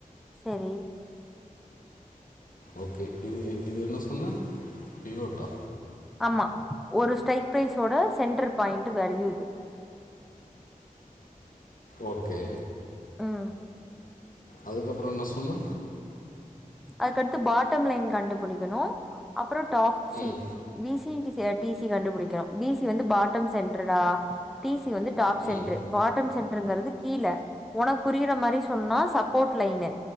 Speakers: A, in the centre; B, on the left.
A: செரி
B: ஓகே இது இது என்ன சொன்ன பீவோட்டா
A: ஆமா ஒரு ஸ்டைக் ப்ரைஸோட சென்டரு பாயிண்டு வேல்யூ இது
B: ஓகே
A: ம்
B: அதுக்கப்றோ என்ன சொன்ன
A: அதுக்கடுத்து பாட்டம் லைன் கண்டுபுடிக்கணு அப் அப்றோ டாப் சி
B: ம்
A: பிசி டீ சிய டீ சி கண்டுபுடிக்கனு பீ சி வந்து பாட்டம் சென்ருடா டீ சி வந்து டாப் சென்டறு
B: ம்
A: பாட்டம் சென்றுங்கரது கீழ ஒனக்கு புரியிற மாறி சொன்னா சப்போர்ட் லைனு